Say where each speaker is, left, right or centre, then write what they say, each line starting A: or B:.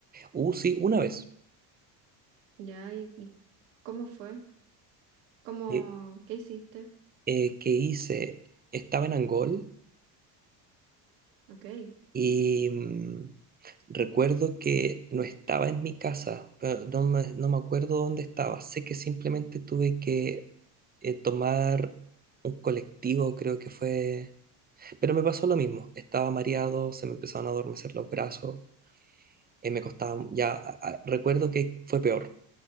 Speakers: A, on the right; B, on the right.
A: Uh, sí, una vez
B: ¿Ya? ¿Y, y cómo fue? ¿Cómo,
A: eh,
B: qué hiciste?
A: eh, que hice, estaba en Angol
B: Ok.
A: y mm, recuerdo que no estaba en mi casa, pero no me, no me acuerdo dónde estaba. Sé que simplemente tuve que eh, tomar un colectivo, creo que fue. Pero me pasó lo mismo, estaba mareado, se me empezaron a adormecer los brazos, eh, me costaba, ya a- a- recuerdo que fue peor,